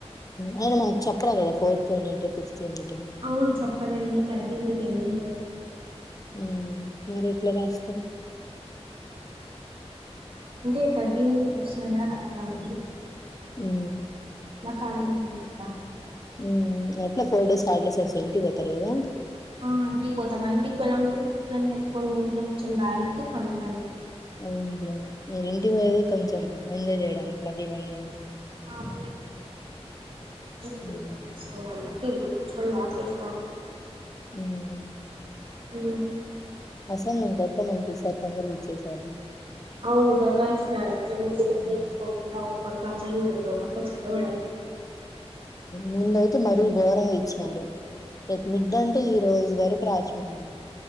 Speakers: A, on the left; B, on the right.
A: ఆయన మనకు చెప్పరా కదా ఫోర్త్ యూనిట్ ఫిఫ్త్ యూనిట్ ఉమ్
B: అవును చెప్పలేని చదిీ తనే
A: హ్మ్మ్ మీరు ఎట్లా రాస్తాం
B: అంటే థర్డ్ యూనిట్ క్వాషనైనా రాద్దామని
A: ఏ
B: కాలింగ్ బెల్ ఒత్తర
A: హ్మ్మ్ ఎట్లా ఫోర్ డేస్ హాలిడేస్ వస్తాయి ఇంటికి పోతారు కదా
B: ఆ ఇంటికి పోతామా ఇంటికి పోయినపుడు కూడా ఇ బుక్లు అన్ని ఎత్తుకొని ఇంట్లో కూర్చొని రాయాలి అంటే కనిపని
A: అవునులే మీరు ఇంటికి పోయేది కొంచం ఎంజాయ్ చేయడానికి మళ్ళీ ఇవన్నీ
B: అ వ
A: ఉమ్
B: ఇప్పుడు కూర్చొని రాసేస్త
A: హ్మ్మ్
B: అ
A: అసైన్మెంట్ ఏట్లో మనకి ఈసారీ తొందరగా ఇచ్చేసారు
B: అవును త్వరగా ఇచ్చినారు ముందే
A: ఉమ్
B: తీకోకుండా అవు ఒక పక్క అసైన్మెంట్ ఒక పక్క చదవడం
A: మందయితే మరి గోరమ్ ఇచి సరే రేపు మిడ్డ్ అంటే ఈ రోజు వరకు రాసినం మనం